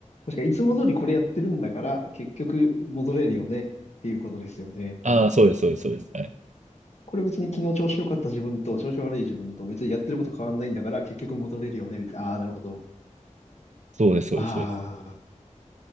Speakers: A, on the left; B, on the right.
A: 確かに、いつも通りこれやってるんだから、結局戻れるよねっていうことですよね。
B: ああ、そうです、そうです、そうです。はい。
A: これ別に昨日調子良かった自分と調子悪い自分と別にやってること変わんないんだから、結局戻れるよね、みたいな。ああ、なるほど。
B: そうです、そうです、
A: ああ。
B: そうです。